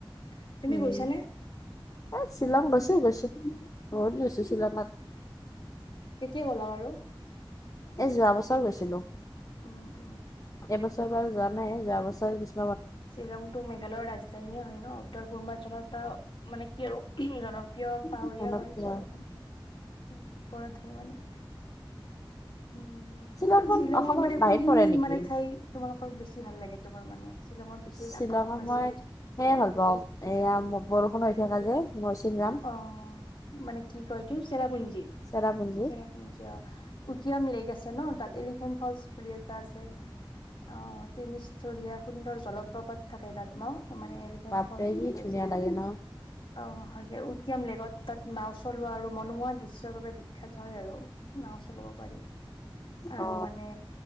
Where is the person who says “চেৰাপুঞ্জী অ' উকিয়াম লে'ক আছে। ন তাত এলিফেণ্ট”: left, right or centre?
Left